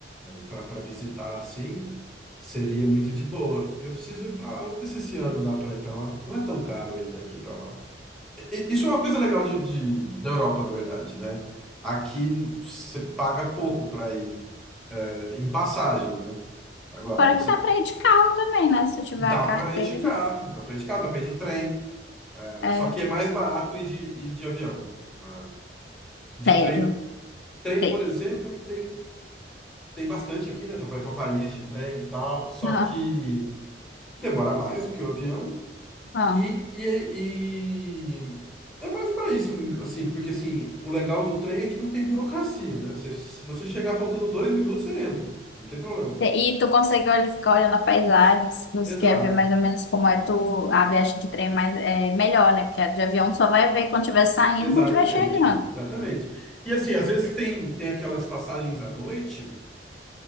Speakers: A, in the centre; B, on the left.
A: para para visitar assim, seria muito de boa. Eu preciso ir para lá. Vamos ver se esse ano dá para ir para lá. Não é tão caro ir daqui para lá. E- Isso é uma coisa legal de, de- da Europa, na verdade, né? Aqui você paga pouco para ir é, em passagem, né? Agora,
B: Fora que dá pra ir de carro também, né? Se eu tiver
A: Dá
B: a carteira.
A: pra ir de carro, dá pra ir de carro, dá pra ir de trem. É,
B: É,
A: Só que é mais barato ir de, ir de avião. É, De
B: sério.
A: trem, trem,
B: Tem.
A: por exemplo, tem, tem bastante aqui, né? Dá pra ir pra Paris de trem e tal. Só
B: Aham,
A: que demora mais do que o avião.
B: aham.
A: E, e, e é mais pra isso, assim, porque assim, o legal do trem é que não tem burocracia, né? Você- se você chegar faltando dois minutos, você entra. Não tem problema.
B: E tu consegue olha, ficar olhando a paisagem, se você
A: Exato.
B: quer ver mais ou menos como é tu, a viagem de trem, mas é melhor, né? Porque a de avião tu só vai ver quando estiver saindo,
A: Exatamente,
B: quando estiver chegando.
A: exatamente. E assim, às vezes tem, tem aquelas passagens à noite